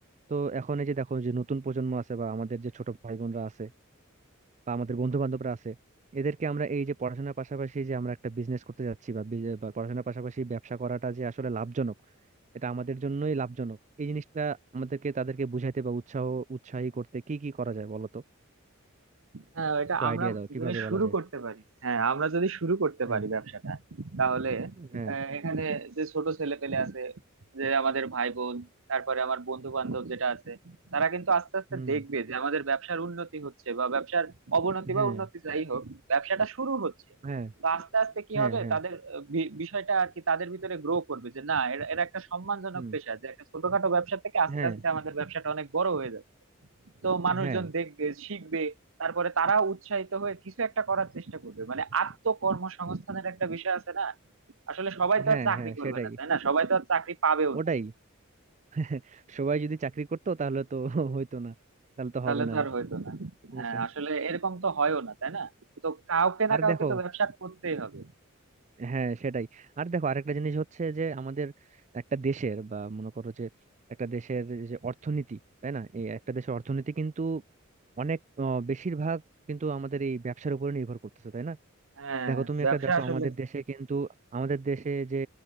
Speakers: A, on the right; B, on the right.
A: তো এখন এই যে দেখো যে নতুন প্রজন্ম আছে বা আমাদের যে ছোট ভাই বোনরা আছে বা আমাদের বন্ধু বান্ধবরা আছে এদেরকে আমরা এই যে পড়াশোনার পাশাপাশি যে আমরা একটা বিজনেস করতে যাচ্ছি বা বিজ- বা পড়াশোনার পাশাপাশি ব্যবসা করাটা যে আসলে লাভজনক এটা আমাদের জন্যই লাভজনক এই জিনিসটা আমাদেরকে তাদেরকে বুঝাইতে বা উৎসাহ উৎসাহী করতে কি কি করা যায় বলো তো
B: হ্যাঁ এটা
A: একটু
B: আমরা
A: আইডিয়া দাও কিভাবে
B: যদি শুরু
A: বলা যায়
B: করতে পারি হ্যাঁ আমরা যদি শুরু করতে
A: হ্যাঁ
B: পারি ব্যবসাটা তাহলে
A: হ্যাঁ
B: আহ, এখানে যে ছোট ছেলে পেলে আছে যে আমাদের ভাই বোন তারপরে আমার বন্ধু বান্ধব যেটা আছে তারা কিন্তু আস্তে আস্তে
A: হুম
B: দেখবে যে আমাদের ব্যবসার উন্নতি হচ্ছে বা ব্যবসার অবনতি
A: হ্যাঁ
B: বা উন্নতি যাই হোক ব্যবসাটা শুরু হচ্ছে
A: হ্যাঁ
B: তো আস্তে আস্তে কি
A: হ্যাঁ
B: হবে
A: হ্যাঁ
B: তাদের আহ, বি- বিষয়টা আর কি তাদের ভিতরে গ্রো করবে যে না এরা এরা একটা সম্মানজনক
A: হুম
B: পেশা যে একটা ছোটখাটো ব্যবসা থেকে আস্তে
A: হ্যাঁ
B: আস্তে আমাদের ব্যবসাটা অনেক বড় হয়ে যাবে তো মানুষজন
A: হ্যাঁ
B: দেখবে শিখবে তারপরে তারা উৎসাহিত হয়ে কিছু একটা করার চেষ্টা করবে মানে আত্মকর্মসংস্থানের একটা বিষয় আছে না আসলে সবাই তো
A: হ্যাঁ
B: আর চাকরি
A: হ্যাঁ
B: করবে
A: সেটাই
B: না তাই না সবাই তো আর চাকরি পাবেও
A: ওটাই
B: না
A: <laughs> সবাই যদি চাকরি করতো তাহলে তো হইতো না তাহলে তো
B: তাহলে
A: হবে না
B: তো আর
A: আর
B: হইতো না
A: জিনিসটা
B: হ্যাঁ আসলে এরকম তো হয়ও না তাই না তো কাউকে না
A: আর
B: কাউকে
A: দেখো
B: তো ব্যবসা করতেই হবে
A: হ্যাঁ সেটাই আর দেখো আরেকটা জিনিস হচ্ছে যে আমাদের একটা দেশের বা মনে করো যে একটা দেশের যে অর্থনীতি তাই না এই একটা দেশের অর্থনীতি কিন্তু অনেক আহ, বেশিরভাগ কিন্তু আমাদের এই ব্যবসার উপরে নির্ভর করতেছে তাই না
B: হ্যাঁ
A: দেখো তুমি
B: ব্যবসা
A: একটা দেখো
B: আসলে
A: আমাদের দেশে কিন্তু আমাদের দেশে যে